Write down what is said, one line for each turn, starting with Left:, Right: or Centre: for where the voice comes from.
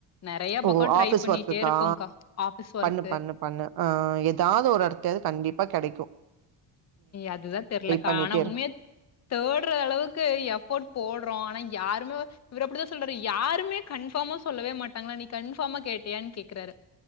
Left: நெறைய
Right: ஓ
Left: பக்கம் ட்ரை
Right: ஆபிஸ்
Left: பண்ணிட்டே
Right: ஒர்க்குக்கா
Left: இருக்கோம்க்கா. ஆஃபீஸ் ஒர்க்கு.
Right: பண்ணு பண்ணு பண்ணு ஆ ஏதாவது ஒரு எடத்த கண்டிப்பா கெடைக்கு
Left: அதுதா தெரலக்கா
Right: பண்ணிட்டே
Left: ஆனா
Right: இரு.
Left: உண்மையா தேட்ற அளவுக்கு எஃபோர்ட் போடுறோ ஆனா யாருமே இவர் அப்டிதா சொல்றாரு யாருமே கன்பார்மா சொல்லவே மாட்டாங்களா நீ கன்ஃபார்மா கேட்டியானு கேக்குறாரு